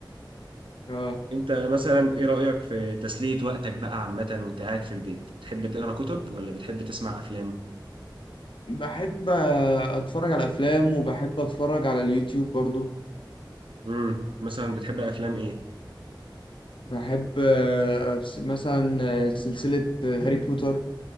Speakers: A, on the left; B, on the right.
A: اه
B: انت مثلا ايه رأيك في تسلية وقتك بقى عامة وانت قاعد في البيت بتحب تقرا كتب ولا بتحب تسمع افلام
A: بحب آه، اتفرج على افلام وبحب اتفرج على اليوتيوب برضو
B: امم مثلا بتحب افلام
A: بحب آه، أبس- مثلا آه، سلسلة آه، هاري بوتر